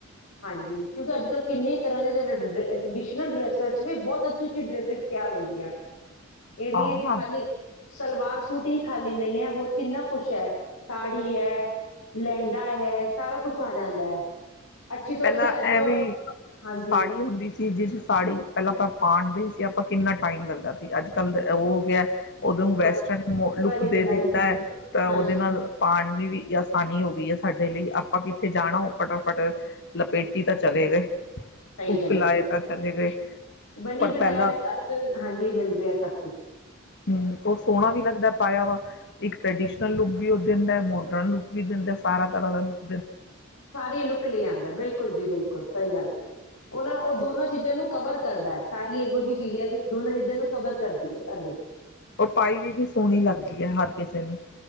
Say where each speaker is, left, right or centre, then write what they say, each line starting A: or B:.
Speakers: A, on the left; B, on the left.
A: ਹਾਂਜੀ ਕਿਉਂਕਿ ਅੱਜ ਕੱਲ੍ਹ ਕਿੰਨੇ ਤਰ੍ਹਾਂ ਦੇ ਜਿਹੜੇ ਟਰੈਡੀਸ਼ਨਲ ਡਰੈਸਿਸ ਚ ਬਹੁਤ ਅੱਛੀ ਅੱਛੀ ਡਰੈਸਿਸ ਤਿਆਰ ਹੁੰਦੀਆਂ ਨੇ ਇਹ ਨਹੀਂ
B: ਹਾਂ
A: ਹੈ ਕਿ
B: ਹਾਂ
A: ਖਾਲੀ ਸਲਵਾਰ ਸੂਟ ਹੀ ਖਾਲੀ ਨਹੀਂ ਹੈ, ਹੋਰ ਕਿੰਨਾ ਕੁਛ ਹੈ ਸਾੜੀ ਹੈ, ਲਹਿੰਗਾ ਹੈ ਸਾਰਾ ਕੁਛ ਆ ਜਾਂਦਾ ਹੈ ਅੱਛੀ ਤੋਂ
B: ਪਹਿਲਾਂ
A: ਅੱਛੀ ਅੱਜ ਤੋਂ,
B: ਐਵੇਂ
A: ਹਾਂਜੀ
B: ਸਾੜੀ ਹੁੰਦੀ ਸੀ ਜਿਸ ਸਾੜੀ ਪਹਿਲਾਂ ਆਪਾਂ ਪਾਣਦੇ ਸੀ ਆਪਾਂ ਕਿੰਨਾ ਟਾਈਮ ਲੱਗਦਾ ਸੀ ਅੱਜ ਕੱਲ ਉਹ ਹੋ ਗਿਆ ਉਹਨੂੰ ਵੈਸਟਰਨ
A: ਬਸ
B: ਲੁੱਕ
A: ਬਣੀ
B: ਦੇ
A: ਬਣਾਈ
B: ਦਿੱਤਾ ਹੈ, ਤਾਂ
A: ਹਾਂਜੀ
B: ਉਹਦੇ ਨਾਲ ਪਾਉਣ ਦੀ ਵੀ ਆਸਾਨੀ ਹੋ ਗਈ ਹੈ ਸਾਡੇ ਲਈ, ਆਪਾਂ ਕਿੱਥੇ ਜਾਣਾ ਉਹ ਫਟਾਫਟ ਲਪੇਟੀ ਤਾਂ ਚਲੇ ਗਏ ਹੁੱਕ
A: ਸਹੀ ਗੱਲ
B: ਲਾਏ
A: ਹੈ ਬਿਲਕੁਲ
B: ਤਾਂ ਚਲੇ ਗਏ,
A: ਬਣੀ
B: ਪਰ
A: ਬਣਾਇਆ
B: ਪਹਿਲਾਂ
A: ਅੱਜ ਕੱਲ ਹਾਂਜੀ ਮਿਲ ਰਿਹਾ ਸਭ ਕੁਛ
B: ਹਮ ਉਹ ਸੋਹਣਾ ਵੀ ਲੱਗਦਾ ਪਾਇਆ ਵਾ ਇੱਕ ਟਰੈਡੀਸ਼ਨਲ ਲੁੱਕ ਵੀ ਉਹ ਦਿੰਦਾ ਮੋਡਰਨ ਲੁੱਕ ਵੀ ਦਿੰਦਾ ਸਾਰਾ ਤਰ੍ਹਾਂ ਦਾ ਲੁਕ
A: ਸਾਰੀ ਲੁੱਕ ਲੈ ਆਉਂਦਾ ਬਿਲਕੁਲ ਜੀ ਬਿਲਕੁਲ ਸਹੀ ਗੱਲ ਹੈ ਉਹਨਾਂ ਉਹ ਦੋਨਾਂ ਚੀਜ਼ਾਂ ਨੂੰ ਕਵਰ ਕਰਦਾ ਹੈ, ਸਾੜੀ ਇਹੋ ਜਿਹੀ ਚੀਜ਼ ਹੈ ਕਿ ਦੋਨੇ ਚੀਜ਼ਾਂ ਨੂੰ ਕਵਰ ਕਰਦੀ ਹੈ ਤੁਹਾਡੇ
B: ਔਰ ਪਾਈ ਵੀ ਵੀ ਸੋਹਣੀ ਲੱਗਦੀ ਹੈ ਹਰ ਕਿਸੇ ਨੂੰ